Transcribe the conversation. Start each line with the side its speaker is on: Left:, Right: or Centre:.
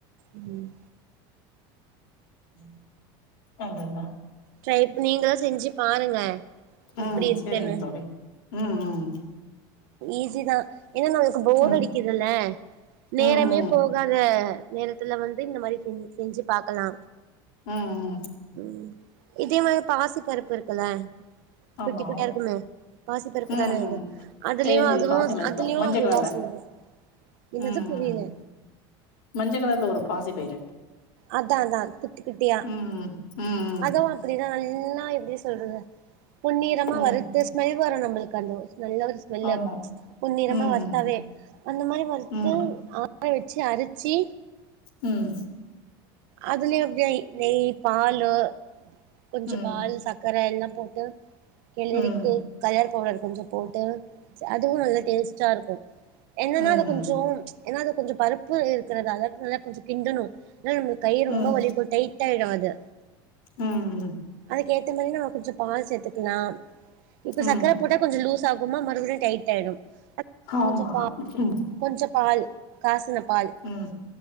Right: ம்
Left: ம் அததா
Right: ட்ரைப் நீங்களு செஞ்சு பாருங்க
Left: ம்
Right: எப்டி இருக்குன்னு
Left: சேரிங்க தோழி ம் ம்
Right: ஈஸி தா ஏனா நமக்கு போர்
Left: ம்
Right: அடிக்குதுல்ல நேரமே
Left: ம் ம்
Right: போ
Left: ம்
Right: போகாத நேரத்துல வந்து இந்த மாரி செஞ் செஞ்சு பாக்கலா
Left: ம் ம்
Right: ம் இதே மாரி பாசி பருப்பு இருக்குல்ல குட்டி
Left: ஆமா
Right: குட்டியா இருக்குமே பாசிப்பருப்பு
Left: ம்
Right: தான அது அதுலயு
Left: தெரியு தெரியு
Right: அதுவு
Left: பாசி
Right: அதுலயு
Left: மஞ்ச
Right: அது
Left: கலர்ல
Right: தா செய்வோ என்னது
Left: ம்
Right: புரியல
Left: ம் மஞ்ச கலர்ல வரு பாசி பயிறு
Right: அதா அதா குட்டி குட்டியா
Left: ம் ம்
Right: அதுவு அப்டிதா நல்லா எப்டி சொல்றது பொன்னிறமா
Left: ம்
Right: வறுத்து ஸ்மல் வரு நம்மளுக்கு அந்த நல்ல ஒரு ஸ்மெல்லு
Left: ஆமா
Right: பொன்நிறமா
Left: ம்
Right: வறுத்தாவே அந்த மாரி வறுத்து
Left: ம்
Right: காய வச்சு அரிச்சி
Left: ம்
Right: அதுலயே அப்டியா நெய் பாலு கொஞ்ச
Left: ம்
Right: பால் சக்கர எல்லா போட்டு கெளரிட்டு
Left: ம் ம்
Right: கலர் பவ்டர் கொஞ்சோ போட்டு அதுவு நல்ல டேஸ்ட்டா இருக்கு என்னன்னா
Left: ம்
Right: அது கொஞ்சோ ஏனா அது கொஞ்சோ பருப்பு இருக்கிறதால அதுக்கு நல்லா கொஞ்சோ கிண்டணு இல்லனா நம்ளுக்கு கை
Left: ம்
Right: ரொம்ப வலிக்கு கை டைட்டாயிடு அது
Left: ம்
Right: அதுக்கேத்த மாரி நம்ம கொஞ்சோ பால் சேத்துக்கலா இப்ப சக்கர
Left: ம்
Right: போட்டா கொஞ்ச லூஸ் சாகுமா மறுபடியு டைட் ஆய்டு
Left: ஆமா
Right: கொஞ்ச பா
Left: ம்
Right: கொஞ்ச பால் காசின பால்
Left: ம்